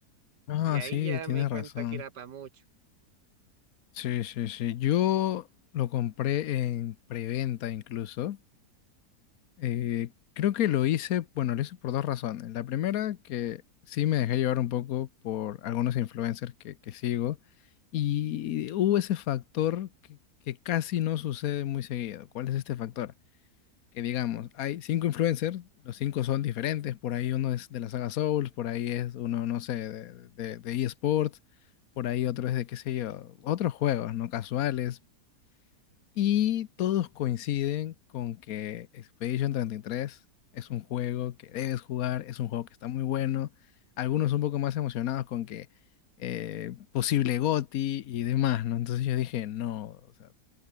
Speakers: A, on the left (about 65°); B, on the right (about 90°).
A: Ah,
B: Y ahí
A: sí,
B: ya
A: tienes
B: me di cuenta
A: razón.
B: que era para mucho.
A: Sí, sí, sí. Yo lo compré en preventa incluso. Eh, creo que lo hice, bueno, lo hice por dos razones. La primera, que sí me dejé llevar un poco por algunos influencers que, que sigo y hubo ese factor que, que casi no sucede muy seguido. ¿Cuál es este factor? Que digamos, hay cinco influencers, los cinco son diferentes, por ahí uno es de la saga Souls, por ahí es uno, no sé, de, de, de eSports, por ahí otro es de, qué sé yo, otros juegos, no casuales, y todos coinciden con que Expedition 33 es un juego que debes jugar, es un juego que está muy bueno. Algunos un poco más emocionados con que eh, posible GOTY y demás, ¿no? Entonces yo dije, no, o sea,